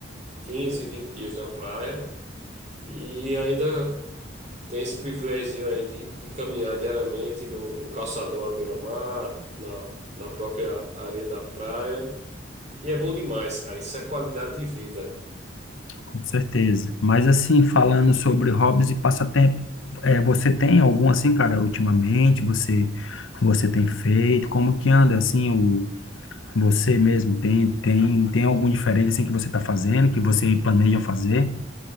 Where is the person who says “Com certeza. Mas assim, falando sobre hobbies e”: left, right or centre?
Left